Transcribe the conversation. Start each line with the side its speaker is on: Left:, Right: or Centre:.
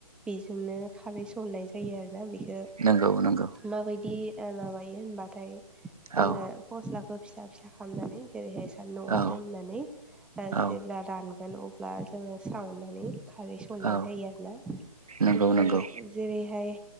Centre: बेजोंनो खारै संनाय जायो आरो बेखौ
Right: नंगौ नंगौ
Centre: माबायदि माबायो होनबाथाय जोङो
Right: औ
Centre: फस्लाखौ फिसा फिसा खालामनानै जेरैहाय सान्दुं'आव
Right: औ
Centre: दोननानै ओ
Right: औ
Centre: जेब्ला रानगोन अब्ला जोङो सावनानै खारै सननाय
Right: औ
Centre: जायो आरो ना
Right: नंगौ
Centre: ओमफाय
Right: नंगौ
Centre: जेरैहाय